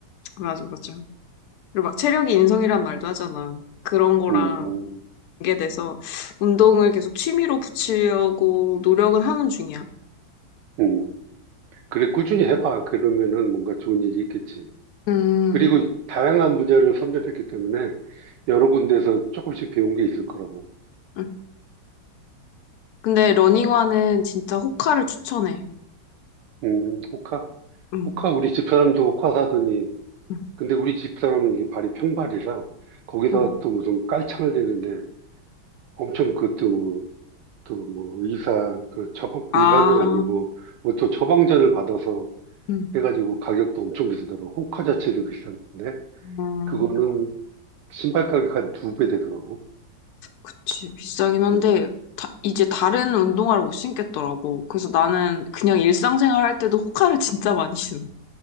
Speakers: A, on the left; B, on the right.
A: 맞아, 맞아. 그리고 막 체력이 인성이란 말도 하잖아. 그런 거랑
B: 음, 음.
A: 연계돼서 운동을 계속 취미로 붙이려고 노력은 하는 중이야.
B: 음. 그래, 꾸준히 해봐. 그러면은 뭔가 좋은 일이 있겠지.
A: 응.
B: 그리고
A: 음,
B: 다양한 분야를 섭렵했기 때문에 여러 군데에서 조금씩 배운 게 있을 거라고.
A: 응. 근데 러닝화는 진짜 호카를 추천해.
B: 음, 호카?
A: 응,
B: 호카, 우리 집사람도 호카 사더니,
A: 응,
B: 근데 우리 집사람은 이게 발이 평발이라, 거기다가
A: 응.
B: 또 무슨 깔창을 대는데, 엄청 그것도 뭐, 또 뭐, 의사, 그 처방, 의사는
A: 아,
B: 아니고, 뭐 또 처방전을 받아서
A: 응,
B: 해가지고 가격도 엄청 비싸더라고. 호카 자체도 비싼데,
A: 음, 음,
B: 그거는 신발 가격 한 두 배 되더라고.
A: 그치. 비싸긴 한데,
B: 음,
A: 다- 이제 다른 운동화를 못 신겠더라고. 그래서 나는 그냥 일상생활 할 때도 호카를 <laughs> 진짜 많이 신어.